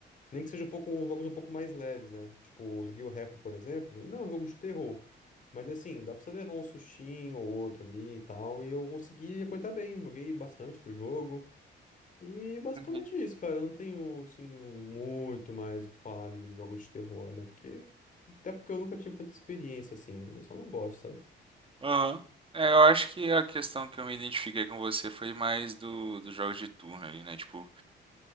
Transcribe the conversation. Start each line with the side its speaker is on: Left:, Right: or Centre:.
Left: Nem que seja um pouco, jogos um pouco mais leves, né? Tipo, eu joguei o Repo, por exemplo. Não, é um jogo de terror. Mas assim, dá pra você levar um sustinho ou outro ali e tal. E eu consegui aguentar bem, joguei bastante do jogo. E basicamente
Right: Uhum.
Left: é isso, cara. Eu não tenho, assim, muito mais o que falar ali dos jogos de terror, né? Porque. Até porque eu nunca tive tanta experiência assim. Eu só não gosto, sabe?
Right: Aham. É, eu acho que a questão que eu me identifiquei com você foi mais do, dos jogos de turno ali, né? Tipo,